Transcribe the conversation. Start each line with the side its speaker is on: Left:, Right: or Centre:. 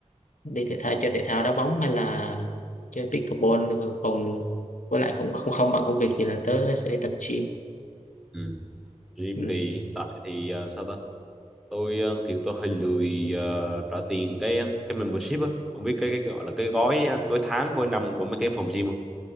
Left: đi thể thao chơi thể thao đá bóng hay là chơi pickleball còn với lại không không không bằng công việc thì là tớ sẽ đi tập gym
Centre: Ừ. Gym
Left: ừ.
Centre: thì hiện tại thì ờ, sao ta? Tôi ờ, kiểu tôi hơi lười ờ, trả tiền cái ờ, cái membership á. Không biết cái cái gọi là cái gói ờ, gói tháng, gói năm của mấy cái phòng gym không?